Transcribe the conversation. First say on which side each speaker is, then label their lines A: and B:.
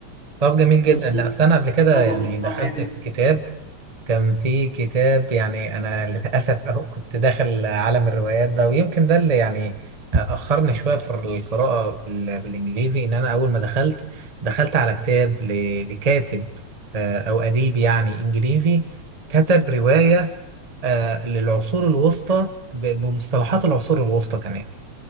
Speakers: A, on the right (about 75°); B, on the left (about 70°).
A: طب جميل جدا
B: مظبوط
A: لا أصل انا قبل
B: أطفال
A: كده يعني
B: لمستوى
A: دخلت
B: عادي يعني.
A: في كتاب كان في كتاب يعني أنا <laughs> للأسف أهو كنت داخل عالم الروايات ده ويمكن ده اللي يعني أخرني شوية في القراءة بال- بالإنجليزي إن أنا أول ما دخلت دخلت على كتاب ل- لكاتب آه، أو أديب يعني إنجليزي كتب رواية آه، للعصور الوسطى ب- بمصطلحات العصور الوسطى كمان